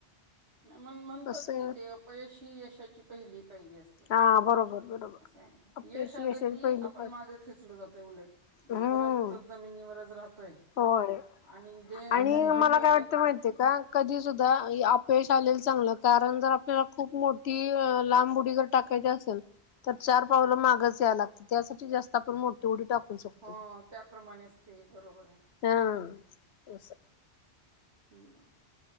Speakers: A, on the right; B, on the left.
A: म म्हणतात
B: तसं आहे
A: कि
B: ना
A: ते अपयश ह यशाची पहिली ैरी असते
B: हा बरोबर बरोबर
A: अस
B: अपयशी
A: यश आलं
B: यशाची
A: की
B: पहिली
A: आपण
B: पाय
A: माग खेचल जातंय उलट
B: हम्म
A: परत जमिनीवरच राहतोय.
B: होय
A: आणि जे
B: आणि
A: ज्यांना
B: मला
A: अपयश
B: काय वाटतं
A: येत
B: माहितीय का कधी सुद्धा अपयश चालेल चांगलं कारण जर आपल्याला खूप मोठी. टाकायची असेल तर चार पावलं मागच या लागतं त्यासाठी जास्त आपण मोठी उडी टा चुकतोय
A: हो त्याप्रमाणेच ते बरोबर आहे
B: हा असं.
A: हम